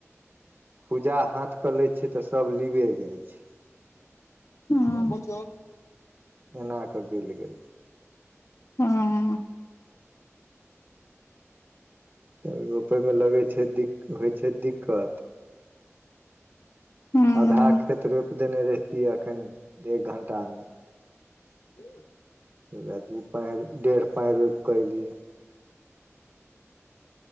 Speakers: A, on the right; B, on the left.
A: पूजा हाथ कऽ लै छियै तऽ सब लीबे जाइ छै।
B: ह <unintelligible>
A: एनाकऽ बिल गेलै।
B: हँ।
A: तब रोपय में लगै छै दिक होइ छै दिक्कत
B: हूं
A: आधा खेत रोप देने रहितियै एखन एक घंटा में।
B: <inaudible>
A: एह दू पाई डेढ़ पाई रोप कऽ एयलियै